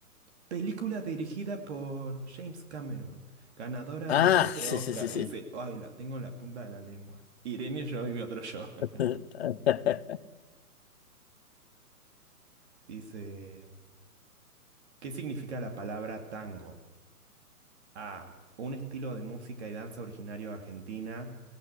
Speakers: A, on the right; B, on the left.
A: Película dirigida por James Cameron, ganadora
B: Ah,
A: de once
B: <laughs> sí,
A: Oscar.
B: sí, sí, sí.
A: Y dice, ay, la tengo en la punta de la lengua. Irene, yo y mi otro yo. <laughs>
B: <laughs>
A: Dice, ¿qué significa la palabra tango? A. Un estilo de música y danza originario de Argentina.